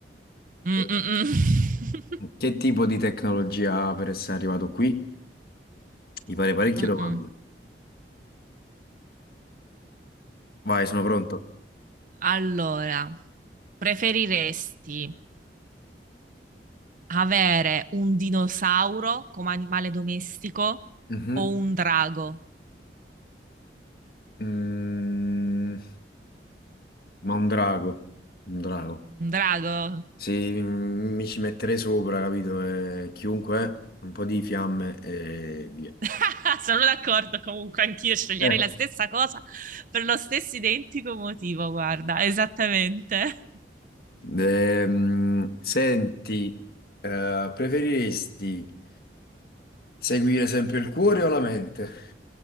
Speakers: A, on the right; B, on the left.
A: Mm,
B: E
A: mm, mm. <laughs>
B: che tipo di tecnologia ha per essere arrivato qui? Mi farei parecchie
A: Mm, mm,
B: domande.
A: mm.
B: Vai, sono pronto.
A: Allora, preferiresti avere un dinosauro come animale domestico
B: Mhm.
A: o un drago?
B: Mm, ma un drago, un drago.
A: Un drago?
B: Se mi ci metterei sopra, capito? Eh, chiunque, è, un po' di fiamme e via.
A: <laughs> Sono d'accordo, comunque anch'io sceglierei
B: Eh.
A: la stessa cosa per lo stesso identico motivo, guarda, esattamente.
B: Ehm, senti, eh, preferiresti seguire sempre il cuore o la mente?